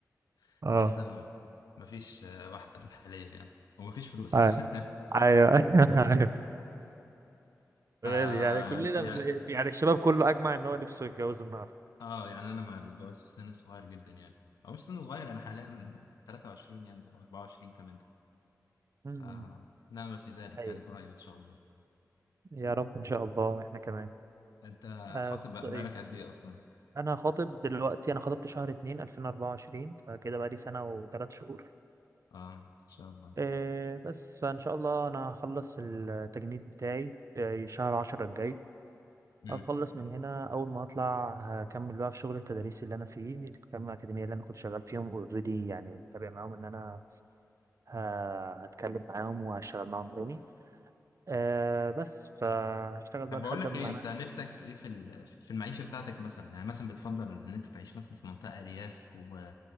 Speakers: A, on the left (about 90°); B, on the right (about 55°).
A: <laughs>
B: اه
A: لسه م- مفيش آه، واحدة حاليا يعني ومفيش فلوس
B: ايوه
A: <laughs>
B: ايوه <laughs> ايوه
A: ف
B: غالي يعني كلنا
A: يعني
B: بن- يعني الشباب كله اجمع ان هو نفسه يتجوز النهارده
A: اه يعني انا مع الجواز في السن الصغير جدا يعني او مش سن صغير انا حاليا 23 يعني او 24 كمان
B: أمم.
A: ف لا ما في ذلك
B: ايوه
A: يعني قريب ان شاء
B: يا
A: الله
B: رب ان شاء الله احنا كمان
A: انت
B: آه
A: خاطب بق-
B: طيب
A: بقالك قد ايه اصلا
B: انا خاطب دلوقتي انا خاطبت شهر اتنين الفين اربعة وعشرين فكده بقالي سنة وتلات شهور
A: اه ان شاء الله
B: إيه بس فان شاء الله انا هخلص التجنيد بتاعي إيه شهر عشرة الجاي
A: امم
B: هخلص من هنا اول ما اطلع هكمل بقى في شغل التدريس اللي انا فيه كام اكاديمية اللي انا كنت شغال فيهم اوريدي يعني متابع معاهم ان انا ه- هتكلم معاهم وهشتغل معاهم تاني إيه بس فهشتغل بقى
A: طب
B: لحد
A: بقول لك
B: ما
A: ايه انت
B: انا
A: نفسك ايه في ال- في المعيشه بتاعتك مثلا يعني مثلا بتفضل ان انت تعيش مثلا في منطقه ارياف و...